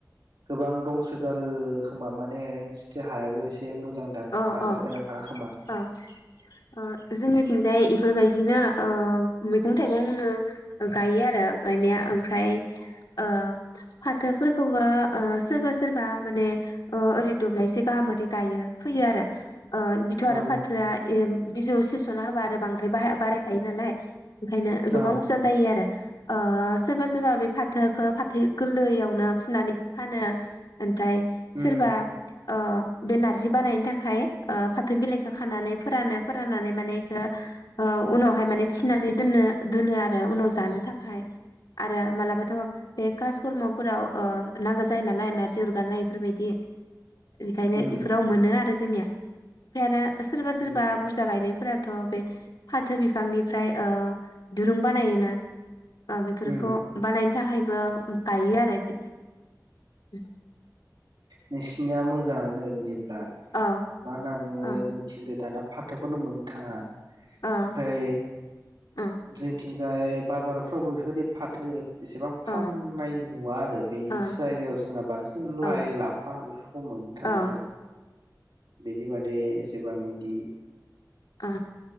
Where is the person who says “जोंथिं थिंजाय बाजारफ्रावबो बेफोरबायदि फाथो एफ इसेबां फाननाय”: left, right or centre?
Right